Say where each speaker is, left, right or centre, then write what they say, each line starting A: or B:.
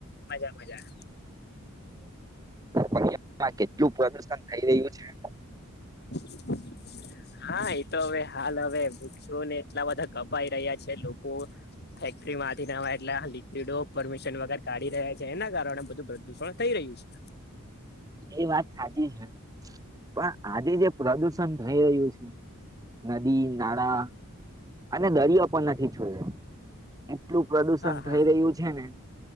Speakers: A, on the left; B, on the right.
A: મજા મજા.
B: આજમાં કેટલું પપ્રદુષણ થઈ રહ્યું છે.
A: <inaudible> હા એતો હવે હાલ હવે વૃક્ષોને એટલા બધા કપાઈ રહ્યા છે લોકો ફેક્ટરીમાંથી ના એટલે લિક્વિડો પરમિશન વગર કાઢી રહ્યા છે એના કારણે બધું પ્રદુષણ થઈ રહ્યું છે. <inaudible>
B: એ વાત સાચી છે. પણ આજે જે પ્રદુષણ થઈ રહ્યું છે નદી નાળા અને દરિયો પણ નથી છોડ્યો. એટલું પ્રદુષણ
A: હા હા
B: થઈ રહ્યું છે ને.